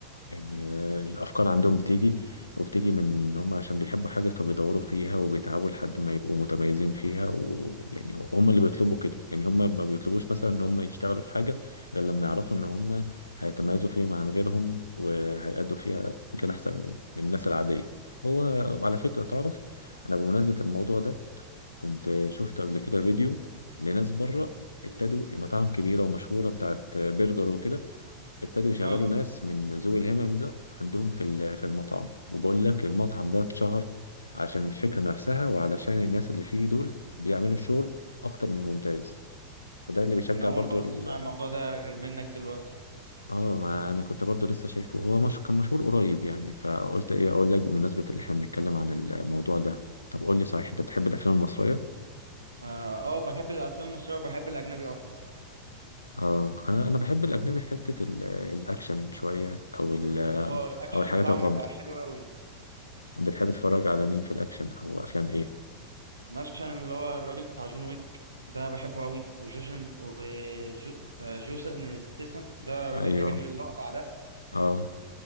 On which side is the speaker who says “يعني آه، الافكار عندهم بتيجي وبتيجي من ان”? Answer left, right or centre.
Left